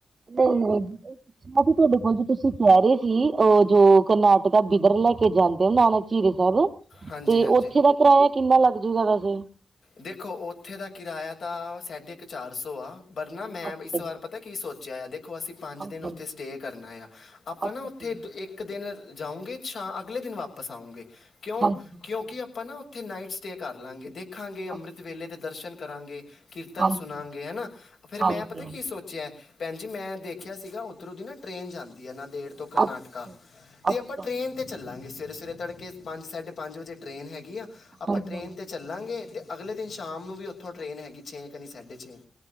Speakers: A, on the right; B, on the left.
A: ਨਹੀਂ ਨਹੀਂ ਅਸੀਂ ਤੁਹਾਡੇ ਪੰਜ ਤੁਸੀਂ ਕਹਿ ਰਹੇ ਸੀ, ਜੋ ਕਰਨਾਟਕਾ ਬਿਦਰ ਲੈ ਕੇ ਜਾਂਦੇ ਨਾਨਕ ਧੀਰੇ ਸਾਹਿਬ
B: ਹਾਂਜੀ
A: ਤੇ
B: ਹਾਂਜੀ
A: ਉਥੇ ਦਾ ਕਰਾਇਆ ਕਿੰਨਾ ਲੱਗ ਜਾਊਗਾ ਵੈਸੇ
B: ਦੇਖੋ ਉੱਥੇ ਦਾ ਕਿਰਾਇਆ ਤਾਂ ਸਾਢੇ ਕੁ ਚਾਰ ਸੌ ਆ, ਪਰ ਨਾ ਮੈਂ
A: ਅੱਛਾ
B: ਇਸ
A: ਜੀ
B: ਵਾਰ ਪਤਾ ਪਤਾਂ ਕੀ ਸੋਚਿਆ ਆ ਦੇਖੋ, ਅਸੀਂ ਪੰਜ
A: ਹਾਂਜੀ
B: ਦਿਨ ਉੱਥੇ
A: ਹਾਂਜੀ
B: ਸਟੇਅ ਕਰਨਾ ਆ ਆਪਾਂ
A: ਅੱਛਾ
B: ਨਾ ਉੱਥੇ
A: ਜੀ
B: ਦ ਇੱਕ ਇੱਕ ਦਿਨ ਜਾਊਂਗੇ ਸ਼ਾ ਅਗਲੇ ਦਿਨ ਵਾਪਸ ਆਊਂਗੇ ਕਿਉਂ
A: ਹਾਂਜੀ ਹਾਂਜੀ
B: ਕਿਉਂਕਿ ਆਪਾਂ ਨਾ ਉੱਥੇ ਨਾਈਟ ਸਟੇਅ ਕਰ ਲਵਾਂਗੇ ਦੇਖਾਂਗੇ ਅੰਮ੍ਰਿਤ
A: ਅੱਛਾ ਜੀ,
B: ਵੇਲੇ ਦੇ ਦਰਸ਼ਨ ਕਰਾਂਗੇ ਕੀਰਤਨ
A: ਹਾਂਜੀ
B: ਸੁਣਾਗੇ
A: ਹਾਂਜੀ
B: ਹਨਾ ਫੇਰ
A: ਹਾਂਜੀ
B: ਮੈਂ ਪਤਾ ਕੀ
A: ਹਾਂਜੀ
B: ਸੋਚ ਭੈਣ ਜੀ ਮੈਂ ਦੇਖਿਆ ਸੀਗਾ ਉੱਧਰੋਂ ਦੀ ਨਾ ਟ੍ਰਰੇਨ ਜਾਂਦੀ ਹੈ ਨਾਂਦੇੜ ਤੋਂ ਕਰਨਾਟਕਾ
A: ਅੱਛਾ ਜੀ
B: ਤੇ
A: ਅੱਛਾ
B: ਆਪਾਂ ਟਰੇਨ
A: ਜੀ
B: ਤੇ ਚੱਲਾਂਗੇ ਸਵੇਰੇ-ਸਵੇਰੇ ਤੜਕੇ ਪੰਜ ਸਾਢੇ ਪੰਜ ਵਜੇ ਟਰੇਨ ਹੈਗੀ ਆ ਆਪਾਂ
A: ਹਾਂਜੀ
B: ਟਰੇਨ
A: ਹਾਂਜੀ
B: ਤੇ ਚਲਾਂਗੇ, ਤੇ ਅਗਲੇ ਦਿਨ ਸ਼ਾਮ ਨੂੰ ਵੀ ਓੱਥੋਂ ਟਰੇਨ ਹੈਗੀ ਛੇ ਕੁ ਨਈ ਸਾਢੇ ਛੇ